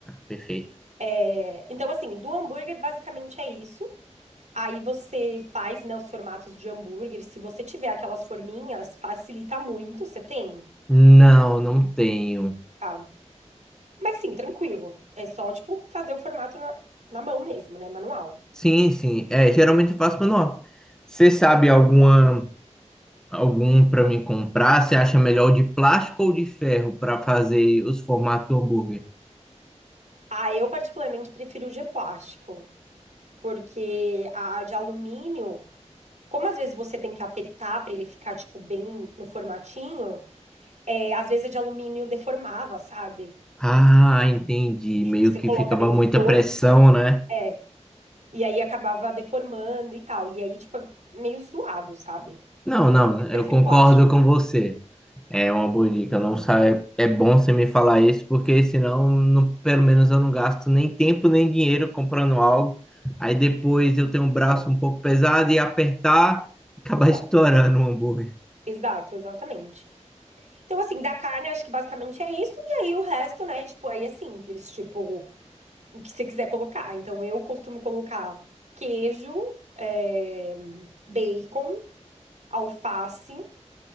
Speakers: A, in the centre; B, on the right.
A: Perfeito.
B: É, então, assim, do hambúrguer basicamente é isso. Aí você faz, né, os formatos de hambúrguer. Se você tiver aquelas forminhas, facilita muito. Você tem?
A: Não, não tenho.
B: Tá. Mas assim, tranquilo. É só, tipo, fazer o formato na, na mão mesmo, né? Manual.
A: Sim, sim, é, geralmente eu faço manual. Você sabe alguma, algum para me comprar? Você acha melhor o de plástico ou de ferro para fazer os formatos do hambúrguer?
B: Ah, eu particularmente prefiro o de plástico, porque a de alumínio, como às vezes você tem que apertar pra ele ficar, tipo, bem no formatinho, é, às vezes a de alumínio deformava, sabe?
A: Ah, entendi.
B: Tipo,
A: Meio
B: você
A: que
B: coloca
A: ficava
B: meio
A: muita
B: força,
A: pressão, né?
B: é, e aí acabava deformando e tal. E aí, tipo, é meio zoado, sabe?
A: Não,
B: Então,
A: não,
B: eu prefiro
A: eu concordo
B: plástico.
A: com você. É uma boa dica. Não sai... É bom você me falar isso, porque senão, não- pelo menos, eu não gasto nem tempo nem dinheiro comprando algo. Aí depois eu tenho um braço
B: É,
A: um pouco pesado e apertar e acabar
B: exato.
A: <laughs> estourando o hambúrguer.
B: Exato, exatamente. Então, assim, da carne, acho que basicamente é isso. E aí o resto, né? Tipo, aí é simples. Tipo, o que você quiser colocar. Então, eu costumo colocar queijo, eh, bacon, alface.